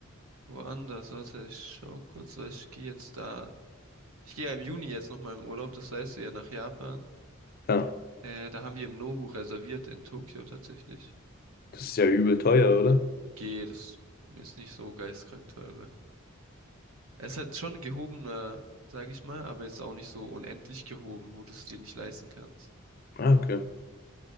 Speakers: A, on the right; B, on the left.
A: Woanders, warte, ich schau kurz, weil ich gehe jetzt da. Ich gehe ja im Juni jetzt nochmal im Urlaub, das heißt ja nach Japan.
B: ja,
A: Äh, da haben wir im Nobu reserviert in Tokio tatsächlich.
B: das ist ja übel teuer, oder?
A: Geht, das ist nicht so geisteskrank teurer. Es hat schon gehobener, sage ich mal, aber jetzt auch nicht so unendlich gehoben, wo du es dir nicht leisten kannst.
B: Ah, okay.